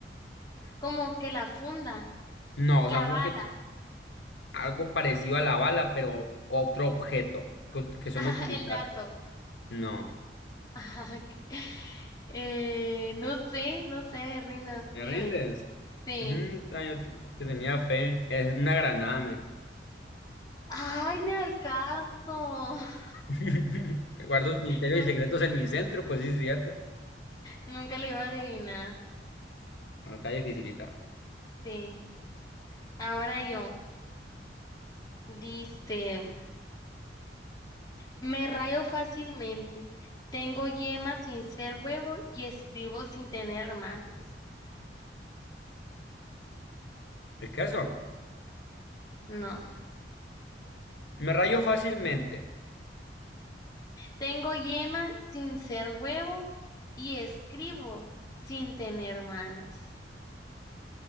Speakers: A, on the left (about 20°); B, on the left (about 75°).
A: Como que la funda,
B: No, o
A: la
B: sea, un
A: bala,
B: objeto, algo parecido a la bala, pero otro objeto que, ut-
A: <laughs>
B: que suelen
A: ah,
B: utilizar.
A: el dardo. <laughs>
B: No,
A: Ah, ok. Eh, no sé, no sé, me rindo.
B: ¿me
A: Dime.
B: rindes?
A: Sí.
B: Ujú, ta- yo te, te tenía fe. Es una granada, me.
A: Ay, ni al caso. <laughs>
B: <laughs> Guardo misterios
A: Nu-
B: y secretos en mi centro, pues sí, es cierto.
A: Nunca le iba a adivinar.
B: No, está dificilita.
A: Sí. Ahora yo. Dice, me rayo fácilmente. Tengo yema sin ser huevo y escribo sin tener manos.
B: El caso,
A: No.
B: me rayo fácilmente.
A: Tengo yema sin ser huevo y escribo sin tener manos.